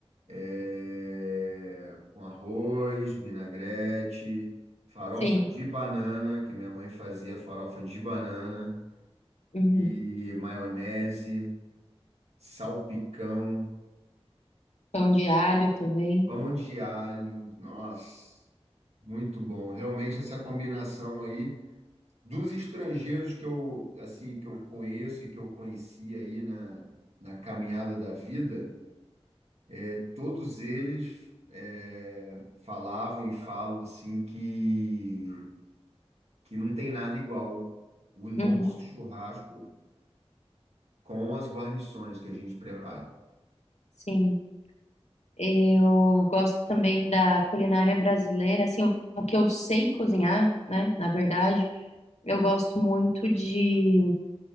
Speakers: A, on the right; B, on the left.
A: É, com arroz, vinagrete, farofa
B: sim,
A: de banana, que minha mãe fazia farofa de banana,
B: uhum.
A: e maionese, salpicão,
B: Pão de alho também.
A: pão de alho. Nossa, muito bom. Realmente essa combinação aí. Dos estrangeiros que eu, assim, que eu conheço e que eu conheci aí na, na caminhada da vida, é, todos eles é, falavam e falam assim que, que não tem nada igual o nosso
B: Uhum,
A: churrasco com as guarnições que a gente prepara.
B: sim, eu gosto também da culinária brasileira, assim, o que eu sei cozinhar, né, na verdade, eu gosto muito de,